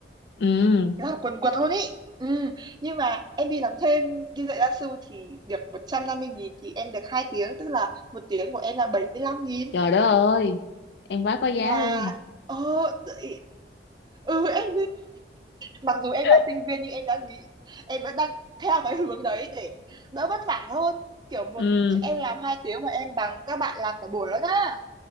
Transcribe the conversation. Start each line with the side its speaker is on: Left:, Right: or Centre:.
Left: ừ
Right: làm quần quật luôn ý ừ. nhưng mà em đi làm thêm đi dạy gia sư thì được một trăm năm mươi nghìn thì em được hai tiếng tức là một tiếng của em là 75 nghìn
Left: trời đất ơi em quá có giá
Right: là
Left: luôn
Right: ờ đấy. ừ em mặc dù em
Left: <laughs>
Right: là sinh viên nhưng em đã nghĩ em vẫn đang theo cái hướng đấy để đỡ vất vả hơn kiểu một
Left: ừ
Right: em làm hai tiếng mà em bằng các bạn làm cả buổi đó nhá